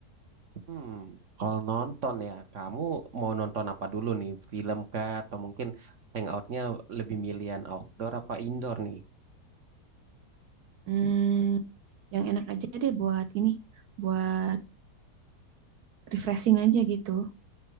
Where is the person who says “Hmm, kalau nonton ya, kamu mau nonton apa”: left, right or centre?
Right